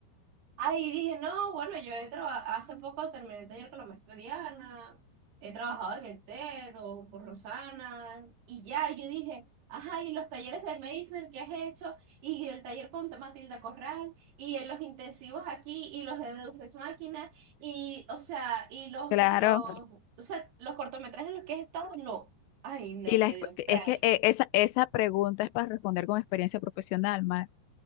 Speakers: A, on the right; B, on the left.
A: Ay, dije, no, bueno, yo he trabajado, hace poco terminé el taller con la maestra Diana, he trabajado en el TED o con Rosana, y ya, y yo dije, ajá, y los talleres de Meisner que has hecho, y el taller con Matilda Corral, y en los intensivos aquí, y los de Deus Ex Machina, y, o sea, y los,
B: claro.
A: los, o sea, los cortometrajes en los que he estado, no. Ay, no,
B: Y la,
A: me
B: exp-
A: dio
B: es
A: rabia.
B: que eh, esa, esa pregunta es para responder con experiencia profesional, más, o